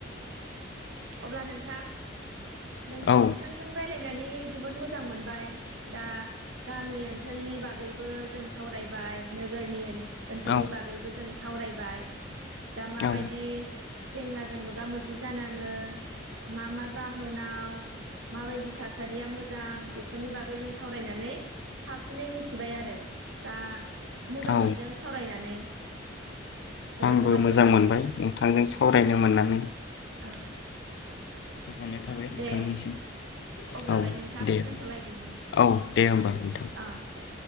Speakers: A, on the right; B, on the left.
A: अब्ला नोंथां नों
B: औ
A: नोंथांजों रायलायनानै जोबोद मोजां मोनबाय। दा गामि ओनसोलनि बागैबो जों सावरायबाय नोगोरनि ओनसोलनि
B: औ
A: बागैबो जों सावरायबाय। दा माबायदि
B: औ
A: जेंनाजों मोगा मोगि जाना ङो मा मा जाहोनाव माबायदि थासारिया मोजां बेफोरनि बागै जों सावरायनानै साबसिनै मिथिबाय आरो। दा मोजां
B: औ
A: मोनदों सावरायनानै। जोबोद
B: आंबो
A: जोबोद
B: मोजां
A: गोजोननाय
B: मोनबाय नोंथांजों सावरायनो मोननानै।
A: औ।
B: गोजोननाय थाबाय
A: दे
B: नोंथांनिसिम।
A: अब्लालाय
B: औ
A: नोंथां
B: दे
A: दोनथ'लायदिनि
B: औ दे होमबा नोंथां।
A: औ दे